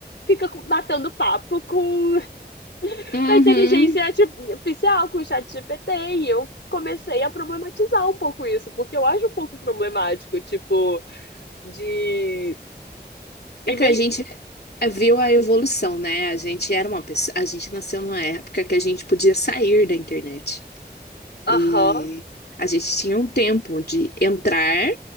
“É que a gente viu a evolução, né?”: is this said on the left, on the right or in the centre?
Left